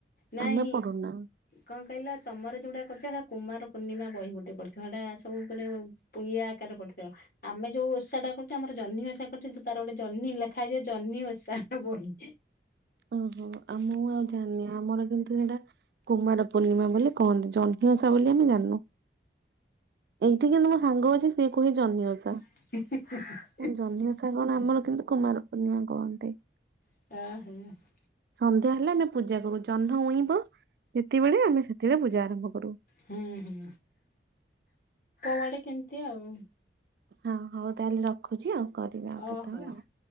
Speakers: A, on the left; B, on the right.
A: ନାଇଁ
B: ଆମେ ପଢୁନା।
A: କଣ କହିଲ, ତମର ଯୋଉଟା କରୁଚ, ହେଟା କୁମାର ପୂର୍ଣ୍ଣିମା ବହି ଗୋଟେ ପଡିଥିବ, ସେଟା ସବୁ ଗୁଡେ <unintelligible> ଆକାରରେ ପଢିଥିବ ଆମେ ଯୋଉ ଓଷା ଟା କରୁଚୁ, ଆମର ଜହ୍ନି ଓଷା କରୁଚୁ, ତାର ଗୋଟେ ଜହ୍ନି ଲେଖା ହେଇଥିବ ଜହ୍ନି ଓଷା ବହି।
B: ଓହୋ, ଆଉ ମୁଁ ଆଉ ଜାଣିନି, ଆମର କିନ୍ତୁ ସେଇଟା କୁମାର ପୂର୍ଣ୍ଣିମା ବୋଲି କହନ୍ତି, ଜନ୍ ଜହ୍ନି ଓଷା ବୋଲି ଆମେ ଜାଣିନୁ, ଏଇଠି କିନ୍ତୁ ମୋ ସାଙ୍ଗ ଅଛି, ସିଏ କହେ ଜହ୍ନି ଓଷା।
A: <unintelligible>
B: ମୁଁ ଜହ୍ନି ଓଷା କଣ, ଆମର କିନ୍ତୁ କୁମାର ପୂର୍ଣ୍ଣିମା କୁହନ୍ତି।
A: <unintelligible>
B: ସନ୍ଧ୍ୟା ହେଲେ ଆମେ ପୂଜା କରୁ, ଜହ୍ନ ଉଇଁବ ଯେତେବେଳେ, ଆମେ ସେତବେଳେ ପୂଜା ଆରମ୍ଭ କରୁ।
A: ହୁଁ ହୁଁ, କୁଆଡେ କେମିତି ଆଉ।
B: ହଁ ହଉ ତାହେଲେ ରଖୁଛି ଆଉ କରିବି ଆଉ
A: ଓହୋ।
B: କେତେବେଳେ ଆଉ।